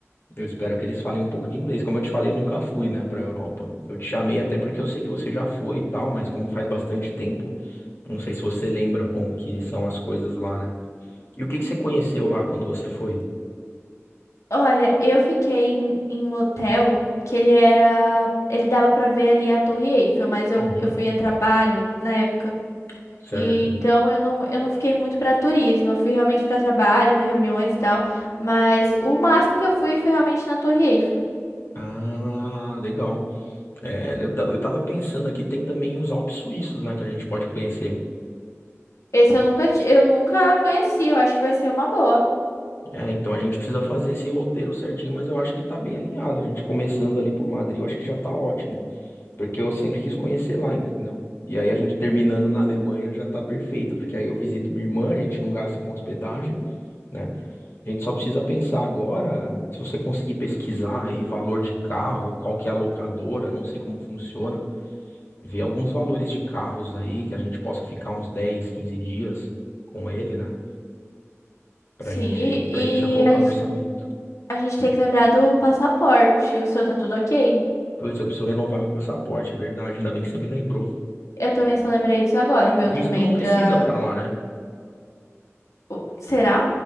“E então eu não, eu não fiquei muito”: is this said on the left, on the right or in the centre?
Left